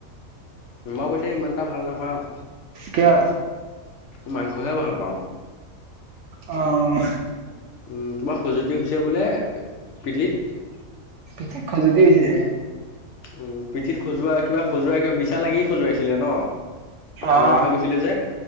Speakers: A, on the left; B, on the right.
A: মই পৈছা ইমান এটা ভাল নাপাওঁ।
B: কিয়
A: মাংস খাই ভাল পাওঁ।
B: অহ
A: উম তোমাৰ খজুৱতি হৈছে বোলে পিধিত
B: পিঠিত খাজতিছে উথিছে
A: উম পিঠিত খজোৱা কিবা খজুৱাই কিবা বিছা লাগি খজুৱাইছিলে ন
B: অ
A: ৰঙা হৈ গৈছিলে যে